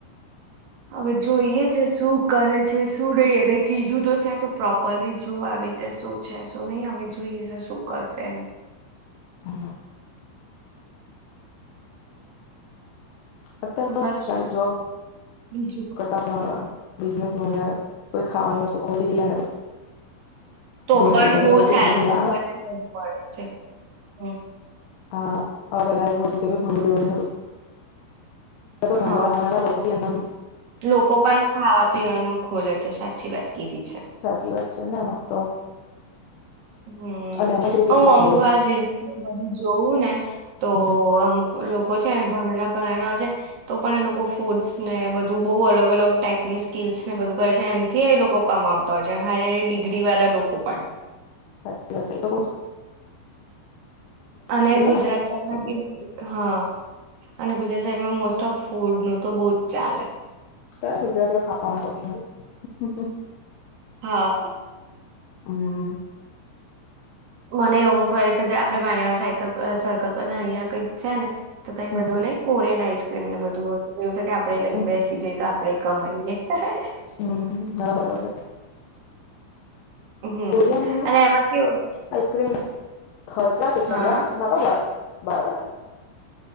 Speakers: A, on the right; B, on the left.
A: હવે જોઈએ છે શું કરે છે શું નઈ એરે કીધું તો છે તો પ્રોપરલી જોવા આવી રીતે શું છે શું ની હવે જોઈએ છે શું કરશે
B: હા અત્યારે તો
A: બસ
B: ચલે જો
A: બીજું
B: કરતા પણ બિઝનેસમાં તો યાર કોઈ ખાવાની વસ્તુ ખોલી દીયે ને
A: તો
B: ધૂમ
A: પણ
B: પૈસા જે
A: બહુ
B: બોલા
A: સારું
B: જેમ કે ભણ્યા
A: આપણને
B: ના હોય
A: બોજ મળે છે હમ્મ
B: હા અ પેલા એવું હતું કે ભણવું જરૂરી હતું પેહલા તો ભણેલા
A: હા
B: ગણેલા લોકો બી એમનમ
A: લોકો પણ ખાવા પીવાનું ખોલે છે સાચી વાત કીધી છે
B: સાચી વાત છે એમાં તો
A: હમ્મ
B: અને એમ જ રૂપિયો
A: હું
B: છાંગડ્યો
A: અમુક વાર રીલ જોવું ને તો
B: હમ
A: અમુક લોકો છે ભણેલા ભણેલા હોય છે તો પણ એ લોકો ફૂડસ ને બધું બહુ અલગ અલગ ટાઈપની સ્કીલ્સને બધું કરે છે એનથી એ લોકો કમાવતા હોય છે હારી હારી ડિગ્રી વાળા લોકો પણ
B: સાચી વાત છે એ લોકો
A: અને ગુજરાતમાં
B: ને તો બી
A: કેવું હા અને ગુજરાત શહેરમાં મોસ્ટ ઓફ ફૂડ નું તો બો જ ચાલે
B: ક્યા ગુજરાતીઓ ખાવાના શોકખીન નથી
A: હા
B: હમ્મ
A: મને અમૂકવાર એ થય જાયને આપણે વાણીયા પાર સાયકલ પાર સર્કલ પર અહિયાં કંઈક છે ને તો તય
B: હમ
A: બધું નહી કોરિયન આઈસ એમને બધું એવું થાય કે આપડે એ લયને
B: હમ
A: બેસી જઈએ તો આપ આપડે કમાઈએ હે હે
B: હમ્મ ના ના બરાબર છે.
A: હમ
B: કોરિયન આઈસ્ક્રીમ
A: અને એમાં કેવું
B: થર્ડ ક્લાસ એકદમ
A: હા
B: યાર ના તો બાર બરાબર